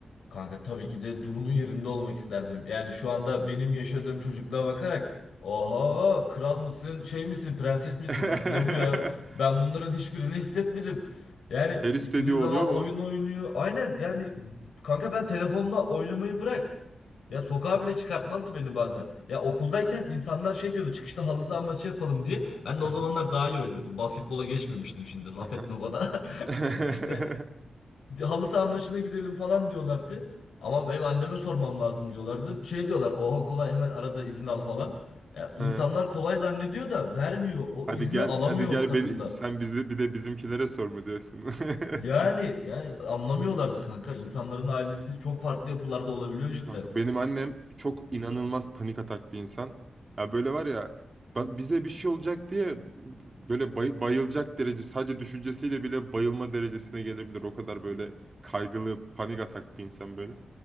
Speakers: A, on the left; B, on the right.
A: Kanka tabii ki de Duru'nun yerinde olmak isterdim. Yani şu anda benim yaşadığım çocukluğa bakarak oha kral mısın şey misin prenses misin
B: <laughs>
A: ne bu ya ben bunların hiçbirini hissetmedim. Yani
B: Her istediği
A: istediği zaman
B: oluyor mu?
A: oyun oynuyor. Aynen yani kanka ben telefonla oynamayı bırak. Ya sokağa bile çıkartmazdı beni bazen. Ya okuldayken insanlar şey diyordu çıkışta halı saha maçı yapalım diye. Ben de
B: Aha,
A: o zamanlar daha iyi oynuyordum. Basketbola geçmemiştim şimdi laf
B: aha.
A: etme bana.
B: <laughs>
A: <laughs> İşte halı saha maçına gidelim falan diyorlardı. Ama benim anneme sormam lazım diyorlardı. Şey diyorlar oha kolay hemen arada izin al falan. Ya, insanlar
B: Hı.
A: kolay zannediyor da vermiyor. O
B: Hadi
A: izni
B: gel,
A: alamıyorum
B: hadi gel
A: kadından.
B: beni sen bizi bir de bizimkilere sor mu diyorsun? <laughs>
A: Yani, yani anlamıyorlardı kanka. İnsanların ailesi çok farklı yapılarda olabiliyor cidden.
B: Kanka benim annem çok inanılmaz panik atak bir insan. Ya böyle var ya ba- bize bir şey olacak diye böyle bay- bayılacak derece sadece düşüncesiyle bile bayılma derecesine gelebilir. O kadar böyle kaygılı panik atak bir insan böyle.